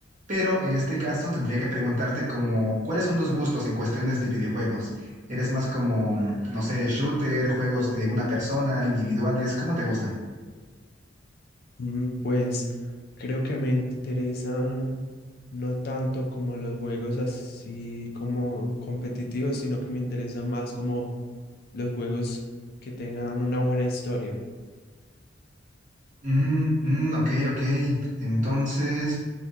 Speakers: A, on the right; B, on the left.
A: Pero en este caso tendría que preguntarte como, ¿cuáles son tus gustos en cuestiones de videojuegos? ¿Eres más como, no sé, shooter, juegos de una persona, individuales? ¿Cómo te gustan?
B: Mm, Pues creo que me interesan no tanto como los juegos así como competitivos, sino que me interesan más como los juegos que tengan una buena historia.
A: Mm, mm, ok, ok. Entonces,